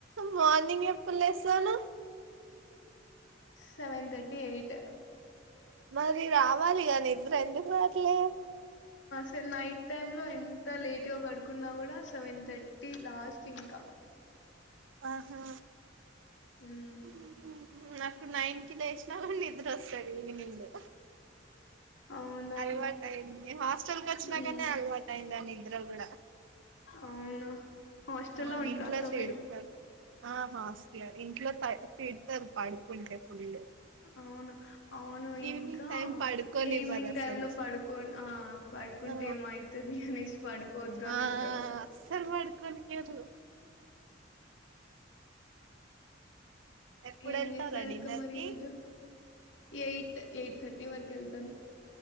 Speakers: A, on the right; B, on the left.
A: మార్నింగ్ ఎప్పు లేస్థాను.
B: సెవెన్ తర్టీ ఎయిట్
A: మరి రావాలిగా నిద్ర ఏందు కు రావట్లే
B: స్తే నైట్ టైమ్లో ఎంత లేట్గా పడుకున్నా కూడా సెవెన్ థర్టీ లాస్ట్ ఇంక
A: ఆహా
B: ఉమ్
A: ఉ నాకు నైన్కి లేసినామండి. నిద్రవస్తది అనిండు
B: అవునా
A: అలవాటు అయింది హాస్టల్కి వచ్చినాకనే
B: ఉమ్
A: అలవాటు అయిందా నిద్ర కూడా
B: అవును. హాస్టల్లో
A: ఆ
B: ఉంట్ర
A: ఇంట్లో
B: అక్క
A: తిడతారు
B: మీరు
A: ఆ హాస్టల్ ఇంట్లో తిడ్తరు పడుకుంటే ఫుల్
B: అవును అవును
A: ఈవినింగ్
B: ఇంకా
A: టైం పడుకోనివ్వదు
B: ఈవినింగ్
A: అసలు
B: టైమ్ లో పడుకో ఆ పడుకుంటే
A: ఆ
B: ఏమో అయితది అనేసి పడుకోవద్దు అనంటరు
A: ఆ అస్సలు పడుకోనియ్యరు ఎప్పుడు
B: ఏం
A: వెళ్తారా
B: చేసారక్క
A: డిన్నర్
B: మరి
A: కి
B: ఈ రోజు ఎయిట్ ఎయిట్ థర్టీ వరకు ఎళ్తాను